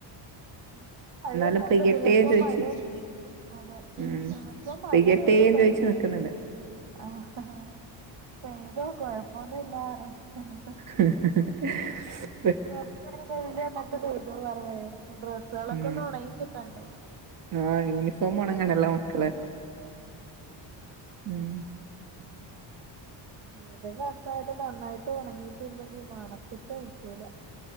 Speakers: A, on the right (about 70°); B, on the right (about 45°).
A: ഉം മഴയൊക്കെയുണ്ട്
B: എന്നാലും പെയ്യട്ടേന്ന്
A: ദിവസോം
B: ചോദിച്ചി
A: മഴയുണ്ട്. അതെ
B: ഉം
A: ദിവസോം മഴ
B: പെയ്യട്ടേന്ന്
A: പെയ്യും പക്ഷെ
B: ചോയിച്ച് നിക്കുന്നുണ്ട്
A: ആ ആഹ് ആ ചെയ്തോ കൊഴപ്പമൊന്നുമില്ല പറ എന്നിട്ട്
B: ഹി ഹിഹി ഹ് സ്..
A: കൊറച്ചു നേരം കഴിഞ്ഞിട്ട് <unintelligible> പെയ്തോ പറഞ്ഞെ വരും ഡ്രസ്സുകളൊക്കെ
B: ഉം
A: ഒന്ന് ഉണങ്ങി കിട്ടണ്ടേ
B: ആഹ് യൂണിഫോം ഉണങ്ങണല്ലോ മക്കള്
A: ആഹ്
B: ഉം
A: ഏതെങ്കിലും ആൾക്കാര് നന്നായിട്ട് ഉണങ്ങിയിട്ടില്ലെങ്കിൽ മണത്തിട്ട് നിക്കൂല